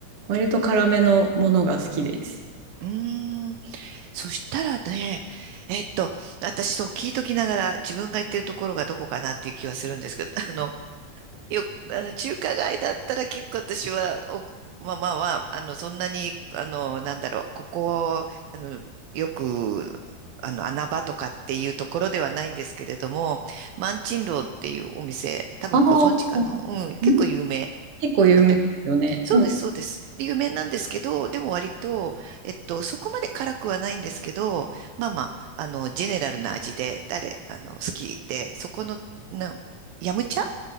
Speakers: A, on the right; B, on the right.
A: 割と辛めのものが好きです。
B: うーん、そしたらね、えっと、私そう聞いときながら自分が行ってるところがどこかなっていう気はするんですけど、<laughs> あの、よ、あの、中華街だったら結構私は、お、まあまあまあ、あの、そんなに、あの、なんだろう、ここ、あの、よく、あの、穴場とかっていうところではないんですけれども、万珍楼っていうお店、多分ご存知かなうん、
A: ああ、
B: 結構有名
A: うん。結構有名ですよね。
B: なと。そうです、
A: うん
B: そうです。で有名なんですけど、でも割と、えっと、そこまで辛くはないんですけど、まあまあ、あの、ジェネラルな味で、誰、あの、好きで、そこの、の、ヤムチャ